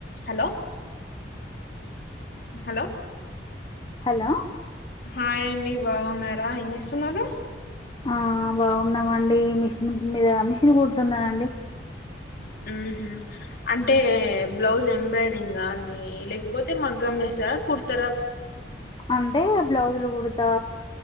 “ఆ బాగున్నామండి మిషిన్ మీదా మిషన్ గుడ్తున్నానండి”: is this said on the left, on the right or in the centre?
Left